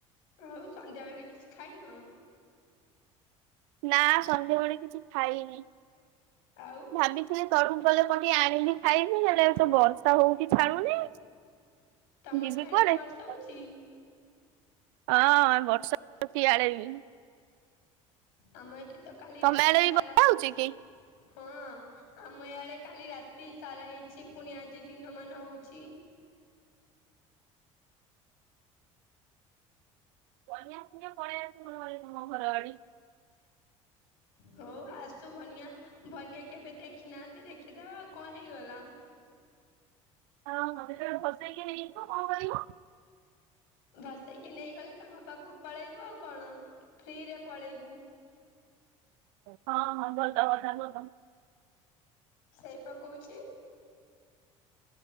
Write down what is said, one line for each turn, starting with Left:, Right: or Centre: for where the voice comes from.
Left: ଆଉ ସନ୍ଧ୍ୟା ବେଳେ କିଛି ଖାଇନ?
Right: ନା ସନ୍ଧ୍ୟାବେଳେ କିଛି ଖାଇନି।
Left: ଆଉ
Right: ଭାବିଥିଲି ତଳୁକୁ ଗଲେ କଣ ଟିକେ ଆଣିବି ଖାଇବି ହେଲେ ଏଠି ତ ବର୍ଷା ହଉଚି ଛାଡୁନି।
Left: ତମ
Right: ଯିବି
Left: ସିଆଡେ
Right: କୁଆଡ଼େ।
Left: ବି ବର୍ଷା ହଉଛି?
Right: ହଁ ବର୍ଷା ଇଆଡେ ବି।
Left: ଆମ ଏଠି ତ କାଲି
Right: ତମ
Left: ରାତି
Right: ଆଡେ
Left: ସାରା
Right: ବି ବର୍ଷା
Left: ହଉଛି।
Right: ହଉଚି କି?
Left: ହଁ ଆମ ୟାଡେ କାଲି ରାତି ସାରା ହେଇଛି ପୁଣି ଆଜି ଦିନମାନ ହଉଛି।
Right: ବନ୍ୟା ଫନ୍ୟା ପଳେଇ ଆସିବ ତମ ଘର ଆଡେ।
Left: ହଁ ହଉ ଆସୁ ବନ୍ୟା ବନ୍ୟା କେବେ ଦେଖିନାହାନ୍ତି ଦେଖିଦବା ଆଉ କଣ ହେଇଗଲା।
Right: ହଁ ହଁ ଯେତେବେଳେ ଭସେଇକି ନେଇଯିବ କଣ କରିବ।
Left: ଭସେଇକି ନେଇଗଲେ ତମ ପାଖକୁ ପଳେଇବୁ ଆଉ କଣ ଫ୍ରିରେ ପଳେଇବୁ।
Right: ହଁ ହଁ ଭଲ କଥା ଭଲ
Left: ସେଇ ପା କହୁଚି।